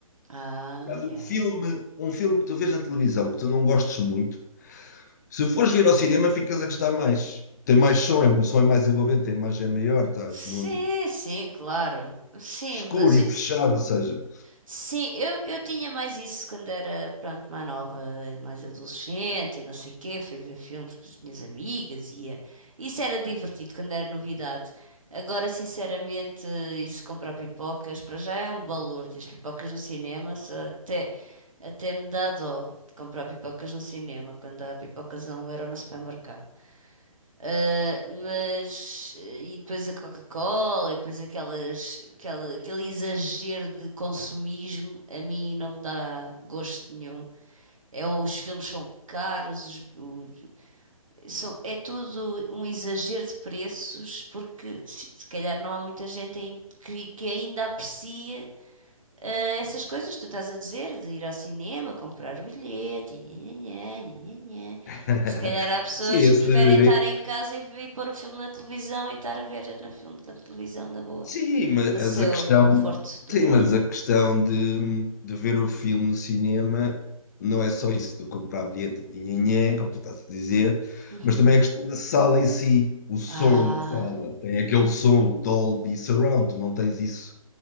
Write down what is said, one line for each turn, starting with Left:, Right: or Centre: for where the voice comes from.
Right: Ah,
Left: Aliás,
Right: yeah.
Left: um filme, um filme que tu vês na televisão que tu não gostes muito, se fores vir ao cinema, ficas a gostar mais. Tem mais som, é, o som é mais envolvente, a imagem é maior, estás
Right: Sim,
Left: num ambiente
Right: sim, claro. Sim,
Left: escuro
Right: mas
Left: e fechado, ou seja.
Right: Sim, eu, eu tinha mais isso quando era, pronto, mais nova, mais adolescente e não sei o quê. Fui ver filmes com as minhas amigas e ia. Isso era divertido quando era novidade. Agora, sinceramente, isso comprar pipocas, para já é um balúrdio. As pipocas no cinema só até, até me dá dó de comprar pipocas no cinema, quando há pipocas a um euro no supermercado. Uh, mas eh, e depois a Coca-Cola e depois aquelas, aquela, aquele exagero de consumismo a mim não me dá gosto nenhum. É, um- os filmes são caros, os- os- são, é tudo um exagero de preços porque se, se calhar não há muita gente ain- que, que ainda aprecia eh, essas coisas que tu estás a dizer, de ir ao cinema, comprar o bilhete, nhanhanhã, nhanhanhã.
Left: <laughs>
Right: Se calhar há pessoas
Left: Sim, esse,
Right: que preferem estar em casa e, ver- e pôr o filme na televisão e estar a ver na filme na televisão na boa,
Left: Sim, mas
Right: no seu
Left: a questão,
Right: conforto do
Left: sim,
Right: lar.
Left: mas a questão de, de ver o filme no cinema não é só isso do comprar bilhete, nhenhenhé, como tu estás a dizer,
Right: Uhum.
Left: mas também é a questão da sala em si, o som
Right: Ah,
Left: da sala, tem aquele som, o Dolby Surround, tu não tens isso